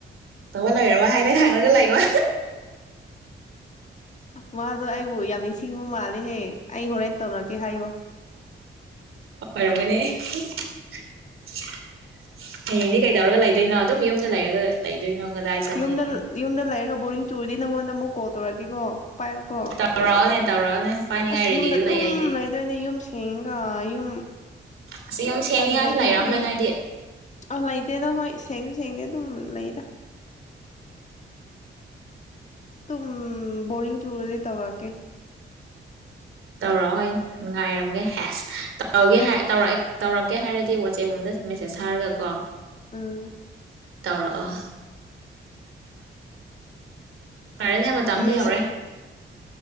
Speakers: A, on the right (about 85°); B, on the left (about 35°).
A: ꯂꯣꯏꯔꯔꯕ ꯍꯥꯏꯅ ꯈꯪꯅꯒ ꯂꯩꯕ
B: ꯃꯥꯗꯣ ꯑꯩꯕꯨ ꯌꯥꯝ ꯅꯤꯡꯁꯤꯡꯕ ꯃꯥꯜꯂꯦꯍꯦ ꯑꯩ ꯍꯣꯔꯦꯟ ꯇꯧꯔꯛꯀꯦ ꯍꯥꯏꯌꯣ
A: ꯑꯣꯏꯔꯝꯒꯅꯦ ꯍꯌꯦꯡꯗꯤ ꯀꯩꯗꯧꯔꯒ ꯂꯩꯗꯣꯏꯅꯣ ꯑꯗꯨꯝ ꯌꯨꯝꯗ ꯂꯩꯔꯒ ꯂꯩꯗꯣꯏꯅꯣ ꯀꯗꯥꯏ ꯆꯠꯅꯤ
B: ꯌꯨꯝꯗ ꯌꯨꯝꯗ ꯂꯩꯔꯒ ꯕꯣꯔꯤꯡ ꯇꯨꯔꯗꯤ ꯅꯪꯉꯣꯟꯗ ꯑꯃꯨ ꯀꯜ ꯇꯧꯔꯛꯀꯦꯀꯣ ꯄꯥꯏꯌꯣꯀꯣ
A: ꯇꯧꯔꯛꯑꯣꯅꯦ ꯇꯧꯔꯛꯑꯣꯅꯦ ꯄꯥꯏꯅꯤꯡꯉꯥꯏ
B: ꯑꯁ
A: ꯔꯦꯗꯤꯗ
B: ꯌꯨꯝꯗ ꯑꯗꯨꯝ
A: ꯂꯩ ꯑꯩꯗꯤ
B: ꯂꯩꯗꯣꯏꯅꯦ ꯌꯨꯝꯁꯤ ꯆꯒ ꯌꯨꯝ
A: ꯑꯁ ꯌꯨꯝ ꯁꯦꯡꯅꯤꯡꯉꯥꯏꯁꯨ
B: ꯄꯟꯗ꯭ꯔꯗꯤ
A: ꯂꯩꯔꯝꯗꯣꯏ
B: ꯌꯨꯝ
A: ꯅꯣꯏꯗꯤ
B: ꯑꯣꯟꯂꯥꯏꯇꯦꯗ ꯍꯣꯏ ꯁꯦꯡꯁꯨ ꯁꯦꯡꯗꯤ ꯑꯗꯨꯝ ꯂꯩꯗ ꯇꯝ ꯕꯣꯔꯤꯡ ꯆꯨꯔꯗꯤ ꯇꯧꯔꯛꯑꯀꯦ
A: ꯇꯧꯔꯛꯑꯣ ꯍꯣꯏ ꯉꯥꯏꯔꯝꯒꯦ ꯍꯦꯁ ꯇꯧꯒꯦ ꯍꯥꯏ ꯇꯧꯔꯛꯑꯦ ꯇꯧꯔꯛꯀꯦ ꯍꯥꯏꯔꯗꯤ ꯋꯥꯆꯦꯞ ꯑꯣꯝꯗ ꯃꯦꯁꯦꯁ ꯍꯥꯏꯔꯒ ꯀꯣ
B: ꯑ
A: ꯇꯧꯔꯛꯑꯣ ꯐꯔꯦꯅꯦ ꯃꯇꯝꯁꯤ
B: ꯃꯦ
A: ꯌꯧꯔꯦ